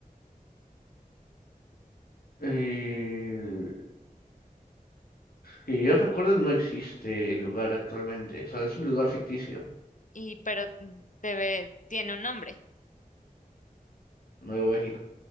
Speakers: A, on the left; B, on the left.
A: Eh, que yo recuerdo no existe el lugar actualmente, o sea, es un lugar ficticio,
B: y pero debe, tiene un nombre,
A: Nuevo México.